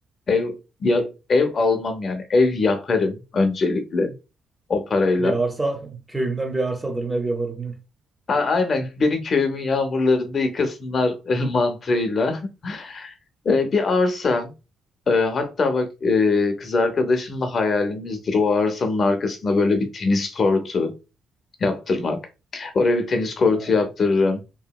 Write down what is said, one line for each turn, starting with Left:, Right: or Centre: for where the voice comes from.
Left: ev ya, ev almam yani. Ev yaparım öncelikle o parayla.
Centre: Bir arsa, köyümden bir arsa alırım, ev yaparım. ne?
Left: Ha, aynen beni köyümün yağmurlarında yıkasınlar <laughs> mantığıyla. E, bir arsa e, hatta bak e, kız arkadaşımla hayalimizdir o arsanın arkasında böyle bir tenis kortu. yaptırmak. Oraya bir tenis kortu
Centre: Ha,
Left: yaptırırım.